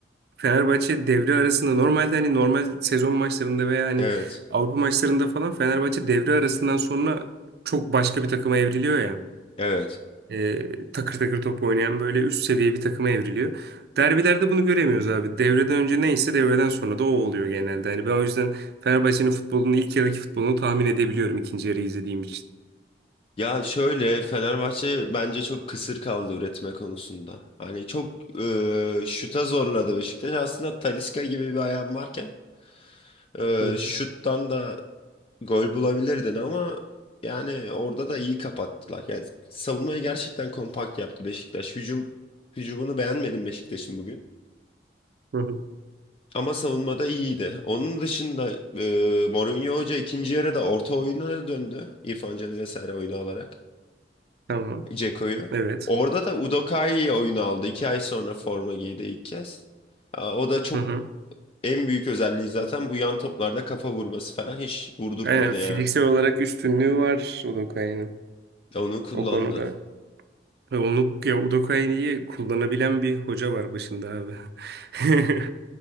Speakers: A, on the right (about 60°); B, on the left (about 35°).
A: Fenerbahçe devre arasında normalde hani normal sezon maçlarında veya hani
B: evet.
A: Avrupa maçlarında falan Fenerbahçe devre arasından sonra çok başka bir takıma evriliyor ya.
B: Evet.
A: Ee, takır takır top oynayan böyle üst seviye bir takıma evriliyor. Derbilerde bunu göremiyoruz abi. Devreden önce neyse devreden sonra da o oluyor genelde. Hani ben o yüzden Fenerbahçe'nin futbolunu ilk yarıdaki futbolunu tahmin edebiliyorum ikinci yarı izlediğim için.
B: Ya şöyle Fenerbahçe bence çok kısır kaldı üretme konusunda. Hani çok e, şuta zorladı Beşiktaş. Aslında Talisca gibi bir ayağın varken e,
A: Hı hı.
B: şuttan da gol bulabilirdin ama yani orada da iyi kapattılar. Yani savunmayı gerçekten kompakt yaptı Beşiktaş. Hücum hücumunu beğenmedim Beşiktaş'ın bugün.
A: Hı hı.
B: Ama savunmada iyiydi. Onun dışında e, Mourinho Hoca ikinci yarıda orta oyuna döndü. İrfan Can'ı vesaire oyunu alarak.
A: Tamam.
B: Dzeko'yu.
A: Evet.
B: Orada da Udokai'yi oyun aldı. İki ay sonra forma giydi ilk kez. Aa, O da çok
A: Hı hı.
B: en büyük özelliği zaten bu yan toplarda kafa vurması falan hiç vurdurtmadı
A: Aynen fiziksel
B: yani.
A: olarak üstünlüğü var Udokai'nin
B: Onu kullandı.
A: o konuda. Ve onu ya Udokai'yi kullanabilen bir hoca var başında abi. <laughs>